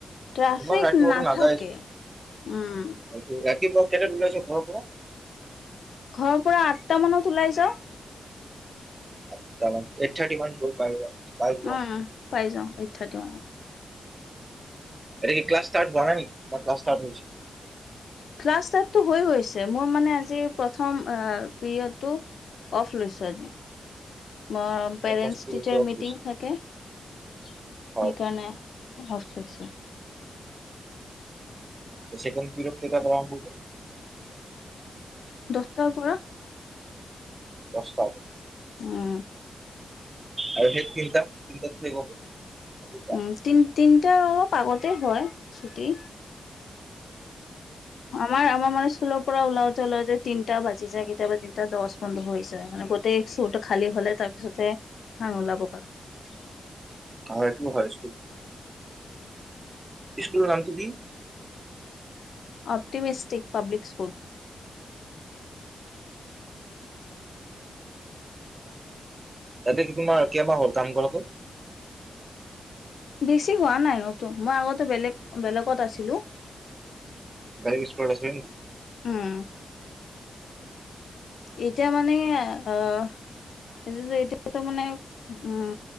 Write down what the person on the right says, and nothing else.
ইমান ৰাতিপুৱাটো
নাযায়
<unintelligible> ৰাতিপুৱাত কেইটাত ওলাইছে ঘৰ পৰা
আঠটা মান এইট থাৰ্টি মানত গৈ পাই যাম। পাই যোৱা
এতিয়া কি ক্লাছ ষ্টাৰ হোৱা নাই নেকি না ক্লাছ ষ্টাৰ হৈছে।
ফাৰ্ষ্ট পিৰিয়ড
কিবা
হৈছে?
হয়
চেকেণ্ড পিৰিয়ড কেইটা পৰা আৰম্ভ হ'ব
দছটা পৰা।
আৰু হেই তিনিটাত, তিনিটাত শেষ হ'ব। সেইটো
হয়, এইটো হয়, স্কুল, ইস্কুলৰ নামটো কি?
তাতে কি তোমাৰ কেইমাহ হ'ল কাম কৰাটো?
বেলেগ ইস্কুলত আছিলা নিকি?